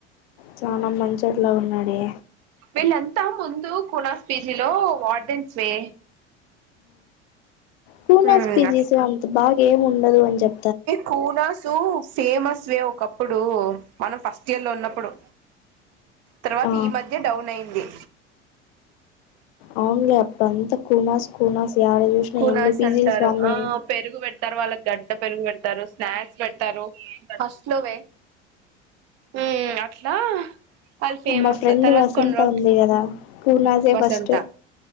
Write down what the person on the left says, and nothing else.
చాన మంచి మంచొడి లాగ వున్నడే
కునాస్
పిజీస్ అంత బాగా ఏం ఉండదు అని చెప్
ఆ
అవున్ లే అప్పుడు అంత కూనాస్ కూనాస్ యాడ చూసినా
ఎన్ని పీజీలు
స్వామి
మా ఫ్రెండ్
వసంత
ఉంది కదా కూనాసే
ఫస్ట్